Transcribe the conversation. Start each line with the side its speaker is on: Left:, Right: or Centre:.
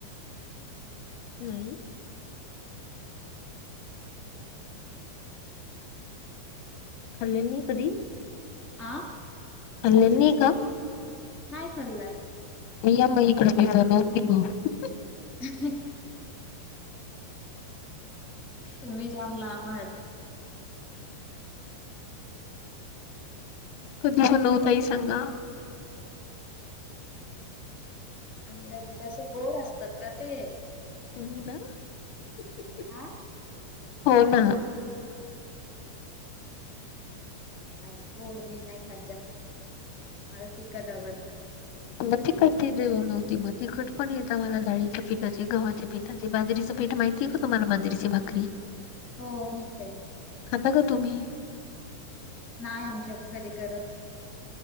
Left: नाही. खाल्ले नाही कधी?
Centre: आं
Left: खाल्लेला नाही का?
Centre: नाही खाल्लाय.
Left: या मग इकडं मी बनवती मग
Centre: ह ह <unintelligible> तुम्ही जाम लांब आहात.
Left: कधी बनवु ताई सांगा? हॅलो
Centre: कस कसं गोड असतात का ते?
Left: तुम्ही ना <unintelligible>
Centre: आा
Left: हो ना.
Centre: का गोड मी नाही खात जास्त,, मला तिखट आवडतं.
Left: मग तिखट धिरडे बनवते, मग तिखट पण येता मला, डाळीच्या पीठाचे गव्हावा पीठाचे बाजरीचे पीठ माहित ती का तुम्हाला बाजरीची भाकरी?
Centre: हो माहित आय.
Left: खाता का तुम्ही?
Centre: नाय आमच्यात कधी करत.